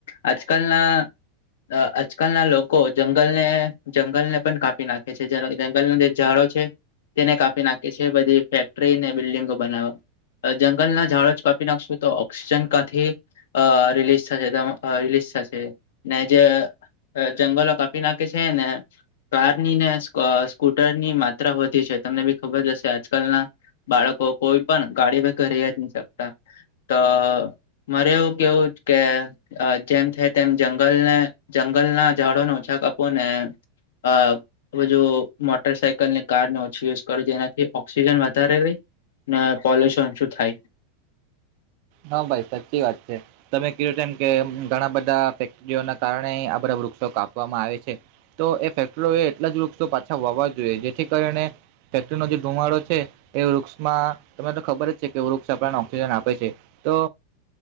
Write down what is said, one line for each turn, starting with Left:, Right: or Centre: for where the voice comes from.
Left: આજકાલના આજકાલના લોકો જંગલને જંગલને પણ કાપી નાખે છે જંગલનું જે ઝાડો છે, તેને કાપી નાખી છે બધી ફેક્ટરીને બિલ્ડિંગો બનાવવા. જંગલના ઝાડો જ કાપી નાખશો તો ઓક્સિજન કાથી અ રિલીઝ થશે દમ રિલીઝ થશે, ને જ જંગલો કાપી નાખી છે ને કારની ને સ્કૂ ટર ની માત્રા વધી છે તમને બી ખબર હશે આજકાલના બાળકો કોઈ પણ ગાડી વગર ર જ નહી શકતા, તો મારે એવું કેવું કે જેમ થાય તેમ જંગલને જંગલના ઝાડોને ઓછા કપો ને. આ સમજ જો મોટર સાઇકલ ની કારને ઓછી યુઝ કરું જેનાથી ઓક્સિજન વધારે રહી. ને પોલ્યુશન ઓછું થાય.
Right: હા ભાઈ સાચી વાત છે. તમે કીધું તેમમ કે ઘણા બધા ફેક્ટરીઓના કારણે આ બધા વૃક્ષો કાપવામાં આવે છે. તો એ ફેક્ટરી એ એટલા જ વૃક્ષો પાછા વાવા જોઈએ જેથી કરીને ફેક ટ્રીનો જે ધુમાડો છે. એ વૃક્ષમાં તમને તો ખબર જ છે કે વૃક્ષ આપણને ઓક્સિજન આપે છે, તો